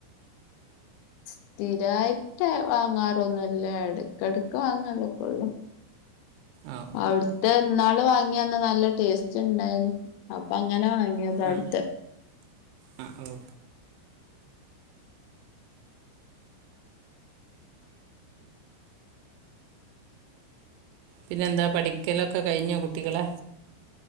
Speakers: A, on the left (about 90°); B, on the right (about 85°).
A: സ്ഥിരായിട്ട് വാങ്ങാറൊന്നല്ലേ ഇടക്കിടക്ക് വാങ്ങല്ലൊക്കെ ഉള്ളു <unintelligible>
B: ഓ
A: അവിടുത്തെ എന്നാള് വാങ്ങിയന്ന നല്ല ടേസ്റ്റ് ഉണ്ടായിന് അപ്പൊങ്ങന ങ്ങനെ വാങ്ങിയതാ
B: ആ
A: അടുത്ത്
B: ആ ഓ പിന്നെ എന്താ പഠിക്കലൊക്കെ കഴിഞ്ഞോ കുട്ടികളെ